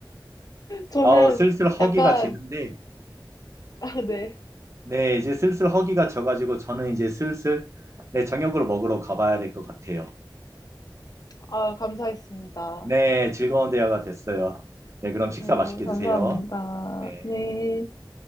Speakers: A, on the left; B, on the right.
A: 저는
B: 아, 슬슬 허기가
A: 약간
B: 지는데,
A: 아 네.
B: 네, 이제 슬슬 허기가 져가지고 저는 이제 슬슬 네, 저녁으로 먹으러 가봐야 될 것 같아요.
A: 아 감사했습니다.
B: 네, 즐거운 대화가 됐어요. 네, 그럼
A: 네
B: 식사 맛있게
A: 감사합니다.
B: 드세요. 네.
A: 네.